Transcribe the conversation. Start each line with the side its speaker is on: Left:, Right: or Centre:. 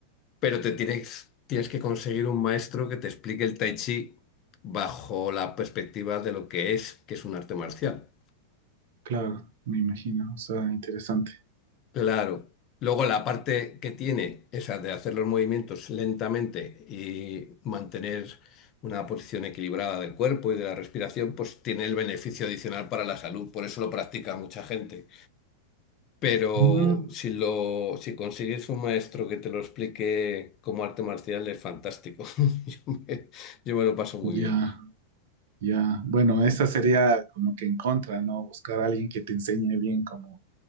Left: Pero te tienes, tienes que conseguir un maestro que te explique el Tai Chi bajo la perspectiva de lo que es, que es un arte marcial.
Right: claro, me imagino. O sea, interesante.
Left: Claro. Luego la parte que tiene, esa de hacer los movimientos lentamente y mantener una posición equilibrada del cuerpo y de la respiración, pues tiene el beneficio adicional para la salud. Por eso lo practica mucha gente. Pero
Right: Mm,
Left: si lo, si consigues un maestro que te lo explique como arte marcial, es fantástico. <laughs> Yo me, yo me lo paso muy
Right: ya,
Left: bien.
Right: ya. Bueno, esa sería como que en contra, ¿no? Buscar a alguien que te enseñe bien como